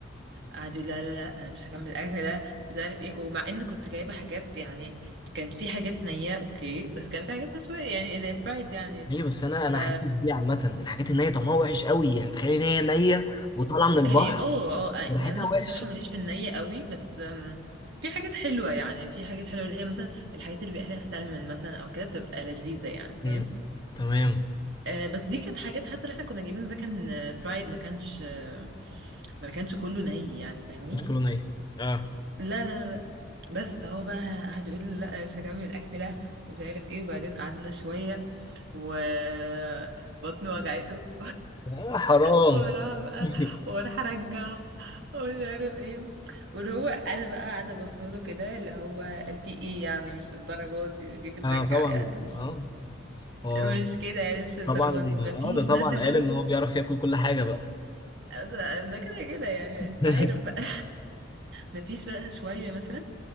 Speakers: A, on the right; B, on the left.
A: قعد يقول لا لا لا انا مش هكمل الاكل ده مش عارف ايه ومع ان كنت جايبه حاجات يعني كان في حاجات نية اوكي بس كان في حاجات مشوية يعني فرايد يعني
B: ليه بس انا انا
A: ف
B: حاسس بيه عامه الحاجات النيه طعمها وحش قوي يعني تخيل ان هي نيه وطالعه من البحر
A: هي اه اه يعني
B: وريحتها
A: انا بصراحه
B: وحشه
A: ماليش في الني قوي بس أم، في حاجات حلوه يعني في حاجات حلوه اللي هي مثلا الحاجات اللي بيبقى فيها سلمون مثلا او كده بتبقى لذيذه يعني فاهم
B: امم تمام
A: آه بس دي كانت حاجات حتى اللي احنا كنا جايبينه ده كان آه، فرايد ما كانش آه، ما كانش كله ني يعني فاهمني
B: مش كله نيه اه
A: لا لا لا بس فهو بقى قعد يقول لي لا مش هكمل الاكل ده مش عارف ايه وبعدين قعدنا شويه وبطنه وجعته
B: آه، حرام
A: وراها بقى
B: <laughs>
A: وراح ارجع ومش عارف ايه واللي هو انا بقى قاعده بصله كده اللي هو في ايه يعني مش الدرجه دي ليه بترجع
B: اه طبعا
A: يعني مش
B: اه هو
A: مش كده يعني مش الدرجه
B: طبعا
A: دي مفيش
B: اه ده طبعا
A: مثلا
B: قال ان هو بيعرف ياكل كل حاجه بقى
A: ده كده كده يعني
B: <laughs>
A: انت عارف بقى <laughs> مفيش بقى شويه مثلا